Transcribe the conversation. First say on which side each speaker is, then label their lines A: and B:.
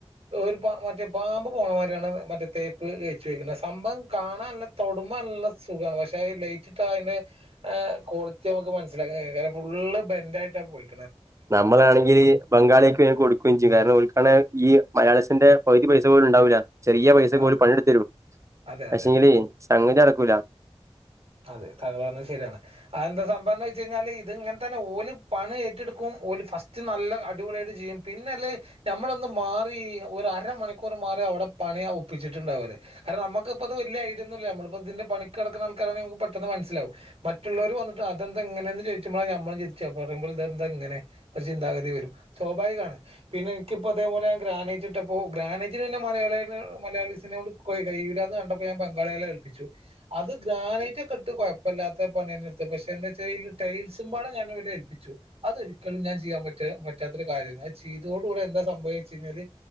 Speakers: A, on the right (about 70°); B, on the right (about 30°).
A: ഒരു മറ്റേ പാമ്പ് പോണമാരി യാണ് മറ്റേ തേപ്പ് തേച്ച് വെക്കുന്നത് സംഭവം കാണാൻ നല്ല തൊടുമ്പ നല്ല സുഗാണ് പക്ഷെ ലൈറ്റിട്ടാ അയി ന്റെ ക്വാളിറ്റി നമ്മക്ക് മനസ്സിലാക്ക കയ്യും ഫുള്ള് ബെൻറ്റായിട്ട പോയി
B: നമ്മളാണെങ്കില് ബംഗാളിയാക്ക് കൊടുക്കുകയും ചെയ്യും കാരണം ഓൽക്കാണ് ഈ മലയാളീസ് ന്റെ പകുതി പൈസ പോലും ഇ ണ്ടാവൂല. ചെറിയ പൈസക്ക്
A: അ
B: പോലും പണിയെടുത്തരും
A: അതെ
B: പക്ഷെങ്കില്
A: അതെ അതെ
B: സംങ്ങതി നടക്കൂല
A: അതെ താങ്കൾ പറഞ്ഞത് ശരിയാണ് അതെന്താ സംഭവം വെച്ചയ്ഞ്ഞാല് ഇത് ഇങ്ങൻതന്നെ ഓല് പണി ഏറ്റെടുക്കും ഓല് ഫസ്റ്റ് നല്ല അടിപൊളിയായിട്ട് ചെയ്യും പിന്നെ അല്ലെ നമ്മളൊന്ന് മാറി ഒരരമണിക്കൂർ മാറി അവിടെ പണി ഒപ്പിച്ചിട്ടുണ്ടാവും ഓല്. കാരണം നമുക്കിപ്പ അത് വലിയ ഐഡിയ ഒന്നുല്ല നമ്മളിപ്പോ ഇതിന്റെ പണിക്ക്‌ നടക്കുന്ന ആ ക്ക പെട്ടെന്ന് മനസ്സിലാവും. മറ്റുള്ളവർ വന്നിട്ട് അതെന്താ ഇങ്ങനെയെന്ന് ചോയ്ച്ചുമ്പളാ നമ്മൾ ചിന്തിച്ച പറയുമ്പോൾ ഇതെന്താ ഇങ്ങനെ ഒരു ചിന്താഗതി വരും. സ്വാഭാവികാണ് പിന്നെ എനിക്കിപ്പോ അതേപോലെ ഗ്രാനറ്റ് ഇട്ടപ്പോ ഗ്രാനേറ്റിന് പിന്നെ മലയാളിക മലയാളീസിനോട്‌ കയ്യൂലാന്ന് കണ്ടപ്പോ ഞാൻ ബംഗാളിയാളെ ഏൽപ്പിച്ചു. അത് ഗ്രാനൈറ്റ് ഒക്കെ ഇട്ട് കൊഴപ്പല്ലാത്ത പണി തന്നെ എട്ത്തെ പക്ഷെ എന്താച്ചാൽ ടൈൽസുംപാട ഞാനാവരെ ഏൽപ്പിച്ചു അതൊരിക്കലും ഞാൻ ചെയ്യാൻ പറ്റാ പറ്റാത്തരു കാര്യം ഏനു അത് ചെയ്തോടു കൂടെ എന്താ സംഭവിച്ച ഴിഞ്ഞാല്